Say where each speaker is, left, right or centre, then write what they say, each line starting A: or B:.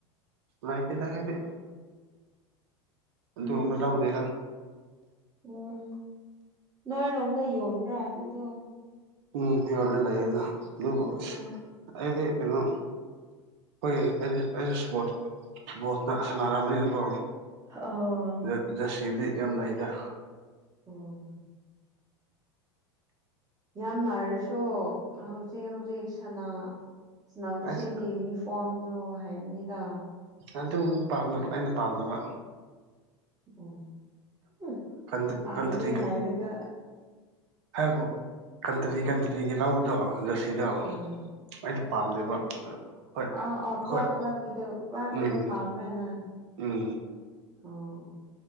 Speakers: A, on the right (about 65°); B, on the right (about 25°).
A: ꯂꯩꯇꯦꯗ ꯍꯥꯏꯗꯤ ꯑꯗꯨꯒꯨꯝꯕ
B: ꯂꯩꯕꯑꯣꯏ
A: ꯂꯧꯗꯦꯗ
B: ꯎꯝ ꯅꯣꯏꯔꯣꯝꯗ ꯌꯣꯟꯕ꯭ꯔꯥ ꯑꯗꯨꯗꯣ
A: ꯎꯝ ꯌꯜꯂꯦ ꯂꯩꯌꯦꯅ ꯑꯗꯨꯁ ꯑꯁ
B: ꯑꯥ
A: ꯑꯩꯗꯤ ꯀꯩꯅꯣ ꯍꯣꯏ ꯑꯩꯗꯤ ꯑꯩ ꯏꯁꯄꯣꯔꯠ ꯕꯜꯂ ꯁꯥꯟꯅꯔꯛꯑꯝꯕꯅꯤꯅꯀꯣ
B: ꯑꯣ
A: ꯖ ꯖꯁꯤꯂꯗꯤ ꯌꯥꯝ ꯂꯩꯗ
B: ꯑꯣꯝ ꯌꯥꯝ ꯂꯥꯏꯔꯁꯨ ꯍꯧꯖꯤꯛ ꯍꯧꯖꯤꯛ ꯁꯅꯥ ꯁꯅꯕꯁꯤꯡꯒꯤ
A: ꯑꯩꯁꯦ
B: ꯌꯨꯅꯤꯐ ꯐꯣꯔꯝꯗꯨꯣ ꯍꯥꯏꯕꯅꯤꯗ
A: ꯑꯗꯨ ꯄꯥꯝꯗꯕ ꯑꯩꯅ ꯄꯥꯝꯗꯕ
B: ꯑꯣ ꯎ
A: ꯀꯟꯇ꯭ꯔꯤ
B: ꯄꯥꯝꯗꯦ ꯍꯥꯏꯔꯒ
A: ꯍꯥꯏꯕꯨ ꯀꯟꯇ꯭ꯔꯤ ꯀꯟꯇ꯭ꯔꯤꯒꯤ ꯂꯧꯕꯗꯣ ꯖꯦꯔꯁꯤꯗꯣ
B: ꯎꯝ
A: ꯑꯩꯗ ꯄꯥꯝꯗꯦꯕ ꯍꯣꯏ
B: ꯑ ꯑꯣ
A: ꯑꯩꯈꯣꯏ
B: ꯀ꯭ꯂꯕ ꯀ꯭ꯂꯕ ꯀꯤꯗꯣ ꯀ꯭ꯂꯕ
A: ꯎꯝ
B: ꯀꯨꯗꯣ ꯄꯥꯝꯕꯔꯥ ꯅꯒ
A: ꯎꯝ
B: ꯑꯣ